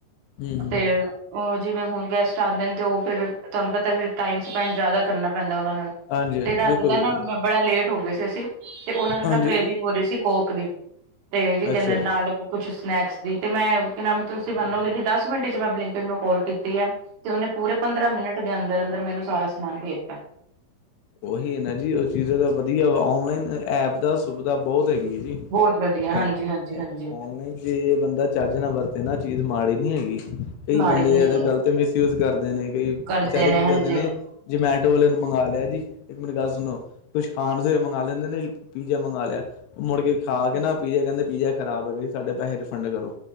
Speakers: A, on the left (about 80°); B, on the right (about 65°).
A: ਹੂੰ
B: ਤੇ
A: ਹੂੰ
B: ਉਹ ਜਿਵੇਂ ਹੁਣ ਗੈਸਟ ਆਉਂਦੇ ਨੇ ਤੇ ਉਹ ਫੇਰ ਤੁਹਾਨੂੰ ਪਤਾ ਫਿਰ ਟਾਈਮ ਸਪੈਂਡ ਜ਼ਿਆਦਾ ਕਰਨਾ ਪੈਂਦਾ ਉਹਨਾਂ ਨਾਲ।
A: ਹਾਂਜੀ ਹਾਂਜੀ
B: ਤੇ ਰਾਤ
A: ਬਿਲਕੁਲ
B: ਦਾ ਨਾ
A: ਬਿਲਕੁਲ
B: ਬੜਾ ਲੇਟ ਹੋ ਗਏ ਸੀ ਅਸੀ, ਤੇ ਉਹਨਾਂ ਨੂੰ
A: ਹਾਂਜੀ
B: ਨਾ ਕਰੇਵਿੰਗ ਹੋ ਰਹੀ ਸੀ। ਕੋਕ ਦੀ, ਤੇ ਜੀ ਕਹਿੰਦੇ
A: ਅੱਛਾ
B: ਨਾਲ ਕੁਛ ਸਨੈਕਸ ਦੀ ਤੇ ਮੈਂ ਨਾਮ ਤੁਸੀਂ ਮੰਨੋਗੇ ਨੀ ਦਸ ਮਿੰਟੇ ਚ ਮੈਂ ਬਲਿੰਕਇਟ ਨੂੰ ਕਾਲ ਕੀਤੀ ਆ ਤੇ ਉਹਨੇ ਪੂਰੇ ਪੰਦਰਾਂ ਮਿੰਟ ਦੇ ਅੰਦਰ-ਅੰਦਰ ਮੈਨੂੰ ਸਾਰਾ ਸਮਾਨ ਭੇਜਤਾ।
A: ਉਹੀ ਹੈ ਨਾ ਜੀ ਉਹ ਚੀਜ਼ ਦਾ ਵਧੀਆ ਵਾ ਔਨਲਾਈਨ ਐਪ ਦਾ ਸੁਵਿਧਾ ਬਹੁਤ ਹੈਗੀ ਹੈ ਜੀ।
B: ਬਹੁਤ ਵਧੀਆ
A: ਔਨਲਾਈਨ
B: ਹਾਂਜੀ ਹਾਂਜੀ ਹਾਂਜੀ।
A: ਜੇ ਬੰਦਾ ਚੱਜ ਨਾ ਵਰਤੇ ਨਾ ਚੀਜ਼ ਮਾੜੀ ਨੀ ਹੈਗੀ, ਕਈ
B: ਮਾੜੀ
A: ਬੰਦੇ
B: ਨੀ
A: ਇਹਦਾ
B: ਐ
A: ਗਲਤ ਮਿਸ ਯੂਜ ਕਰਦੇ ਨੇ ਕਈ ਵਿਚਾਰੇ
B: ਕਰਦੇ
A: ਕੀ
B: ਹਾਂਜੀ-ਹਾਂਜੀ
A: ਕਰਦੇ ਨੇ ਜਮੈਟੋ ਵਾਲੇ ਨੂੰ ਮੰਗਵਾ ਲਿਆ ਜੀ। ਇੱਕ ਮੇਰੀ ਗੱਲ ਸੁਣੋ, ਕੁਛ ਖਾਣ ਸ ਮੰਗਵਾ ਲੈਂਦੇ ਨੇ ਪੀਜ਼ਾ ਮੰਗਵਾ ਲਿਆ, ਉਹ ਮੁੜ ਕੇ ਖਾ ਕੇ ਨਾ ਪੀਜ਼ਾ ਕਹਿੰਦੇ ਪੀਜ਼ਾ ਖਰਾਬ ਹੈਗਾ ਜੀ ਸਾਡੇ ਪੈਸੇ ਰਿਫੰਡ ਕਰੋ।